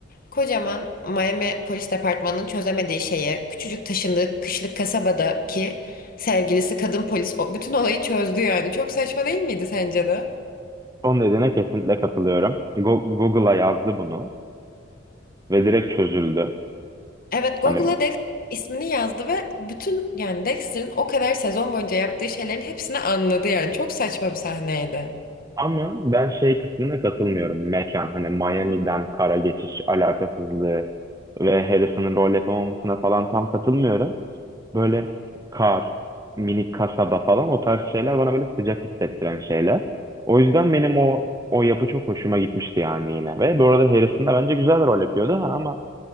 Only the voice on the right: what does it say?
Son dediğine kesinlikle katılıyorum. Go- Google'a yazdı bunu ve direkt çözüldü.
Hani
Ama ben şey kısmına katılmıyorum. Mekan hani Miami'den kara geçiş alakasızlığı ve Harrison'ın rol yapamamasına falan tam katılmıyorum. Böyle kar, minik kasaba falan o tarz şeyler bana böyle sıcak hissettiren şeyler. O yüzden benim o o yapı çok hoşuma gitmişti yani yine. Ve bu arada Harrison da bence güzel rol yapıyordu ha, ama